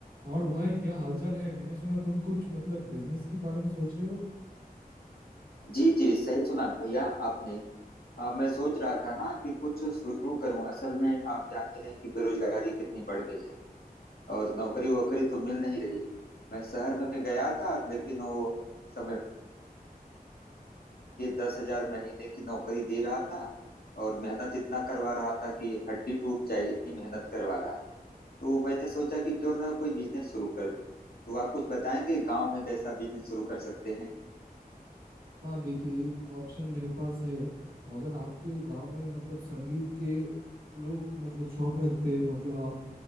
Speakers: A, on the right; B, on the left.
A: और भाई क्या हालचाल है मैंने सुना तुम कुछ मतलब बिजनेस के बारे में सोच रहे हो
B: जी जी सही सुना भैया आपने अ, मैं सोच रहा था ना कि कुछ शुरू करूं असल में आप जान ही रहे हैं कि बेरोजगारी कितनी बढ़ गई है और नौकरी वोकरी तो मिल नहीं रही मैं शहर में गया था लेकिन वो समझिए दस हजार महीने की नौकरी दे रहा था और मेहनत इतना करवा रहा था कि हड्डी टूट जाए इतनी मेहनत करवा रहा था तो मैंने सोचा कि क्यों ना कोई बिजनेस शुरू कर लूं तो आप कुछ बताएंगे गांव में कैसा बिजनेस शुरू कर सकते हैं
A: हाँ देखिए एक ऑप्शन मेरे पास है अगर आपके गांव में मतलब संगीत के लोग मतलब शौक रखते हैं मतलब आप